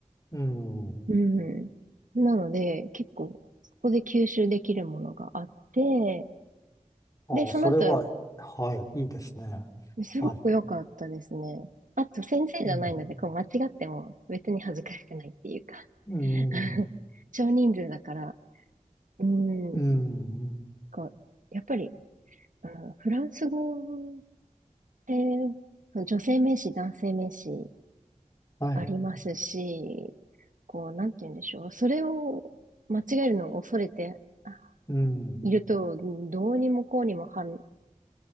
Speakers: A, on the left; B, on the right.
A: うん。
B: うん。なので、結構そこで吸収できるものがあって、
A: ああ、
B: で、その後、
A: それは、はい、いいですね。
B: すごく良かったですね。
A: はい、
B: あと、先生じゃないので、
A: うん、
B: こう間違っても別に恥ずかしくないっていうか
A: うん、
B: <laughs> 少人数だから、う
A: うん、
B: ん、こう、やっぱり、あのフランス語で、その女性名詞、男性名詞
A: はい、
B: ありますし、こう、なんて言うんでしょう。それを間違えるのを恐れてあ
A: うん、
B: いると、どうにもこうにもはん